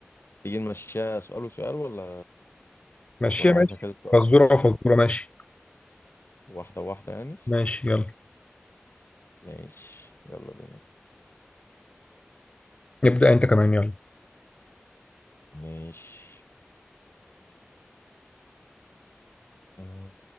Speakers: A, on the left; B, on the left.
A: تيجي نمشيها سؤال وسؤال ولا
B: ماشي
A: ولا
B: ماشي
A: عايزها كذا سؤال
B: فزورة
A: وكذا سؤال
B: فزورة ماشي
A: واحده واحده يعني
B: ماشي يلا
A: ماشي يلا بينا
B: نبدأ انت كمان يلا
A: ماشي آه،